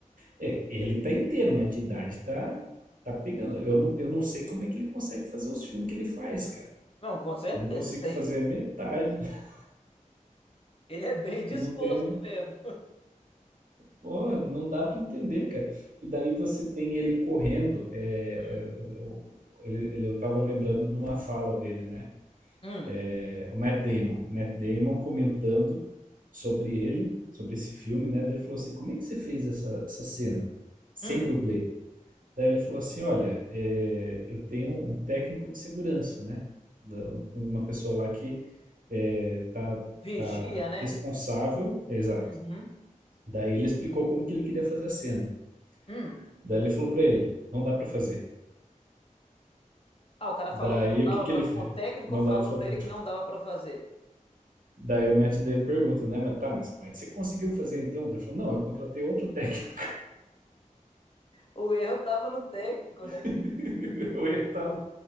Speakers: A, on the right; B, on the left.
A: É, ele tá inteiro, mas de idade tá, tá pegando. Eu não, eu não sei como é que ele consegue fazer os filmes que ele faz, cara.
B: Não, com certeza,
A: Eu não consigo
B: isso aí.
A: fazer metade. <laughs>
B: Ele é bem disposto
A: Eu não tenho.
B: mesmo.
A: Pô, não dá pra entender, cara. E daí você tem ele correndo. é,
B: Hum,
A: é, o- ele, ele- eu tava lembrando de uma fala dele, né?
B: hum,
A: É, o Matt Damon. O Matt Damon comentando sobre ele, sobre esse filme, né? Daí Ele falou assim: Como é que você fez essa, essa cena sem
B: hum.
A: dublê? Daí ele falou assim: Olha, é, eu tenho um técnico de segurança, né? Da- Uma pessoa lá que é, tá,
B: Vigia,
A: tá
B: né?
A: responsável. é, exato.
B: Uhum,
A: Daí ele explicou como que ele queria fazer a cena.
B: hum.
A: Daí ele falou pra ele, não dá pra fazer.
B: Ah, o cara falou
A: Daí
B: que não
A: o
B: dava
A: que que
B: pra.
A: ele fez?
B: O técnico
A: Não
B: falou
A: dá pra fazer.
B: pra ele que não dava pra fazer.
A: Daí o Matt Damon pergunta, né? Mas tá, mas como é que você conseguiu fazer então? Ele falou, não, eu contratei outro técnico.
B: O erro tava no técnico, né?
A: <laughs> eu ia estar...